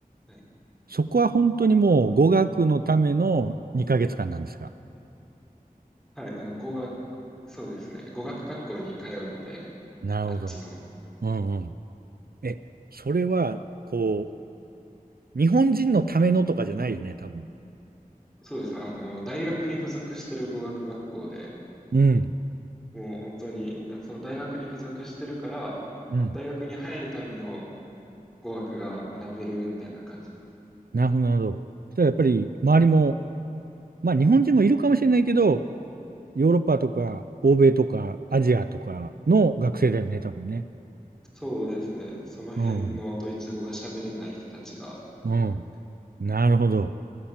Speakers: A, in the centre; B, on the right (about 80°).
A: はい。
B: そこは本当にもう語学のための2ヶ月間なんですか。
A: はい。あの語学、そうですね。語学学校に通うので、
B: なるほど。
A: あっちの。
B: うんうん。え、それは、こう、日本人のためのとかじゃないよね、多分。
A: そうです。あの、大学に付属してる語学学校で、
B: うん。
A: もう本当に、その大学に付属してるから、
B: うん。
A: 大学に入るための語学が学べるみたいな感じです。
B: なるほど、なるほど。そしたらやっぱり周りも、まあ日本人もいるかもしれないけど、ヨーロッパとか欧米とかアジアとかの学生だよね、多分ね。
A: そうですね。その辺のドイツ語が喋れない人たちが来る感じで。
B: うん。うん。なるほど。